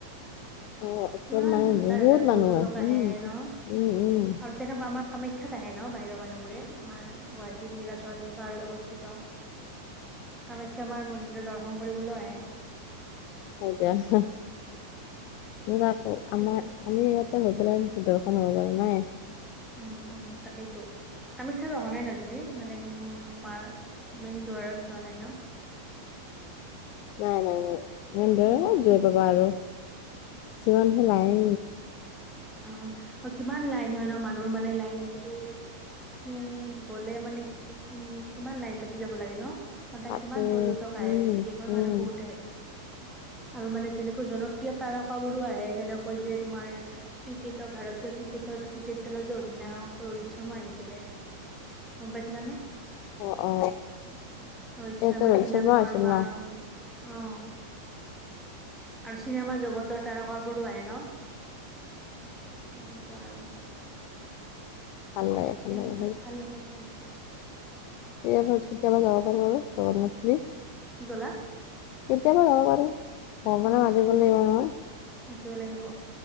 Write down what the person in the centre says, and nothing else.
কিমান
হাজাৰ
হাজাৰ পৰ্যটক
আহে
ন আৰু
তেনেকুৱা আমাক কামাখ্যাত আহে ন বাহিৰৰ মানুহবোৰে আমাৰ গুৱাহাটী নীলাচল পাৰ অৱস্থিত কামাখ্যা মাৰ মন্দিৰ দৰ্শন কৰিবলৈ আহে
তেনেকে
উ উ তাকেইতো কামাখ্যা অহা নাই ন তুমি মানে উ মাৰ মেইন দুৱাৰত যোৱা নাই ন
উম উম
উম কিমান লাইন হয় ন মানুহ মানে লাইন তুমি, তুমি গ'লে মানে কিমান লাইন পাতি যাব লাগে ন? সদায়
কিমান পৰ্যটক আহে
বিদেশৰ
মানুহ বহুত আহে। আৰু মানে যেনেকৈ জনপ্ৰিয় তাৰকা বোৰো আহে যেনেকৈ যে তোমাৰ ক্ৰিকেটৰ ভাৰতীয় ক্ৰিকেটৰ ক্ৰিকেট দলৰ যে অধিনায়ক ৰোহিত শৰ্মা আহিছিলে। কম পাইছিলানে?
ৰোহিত
শৰ্মা
তিলক বৰৰ্মা
আহ। আৰু চিনেমা জগতৰ তাৰকাবোৰো আহে ন? এনেকুৱা আৰু
তেনেকুৱা
ভাল লাগে ভাল ভৰে।
কি কলা।
অ
মাতিব লাগিব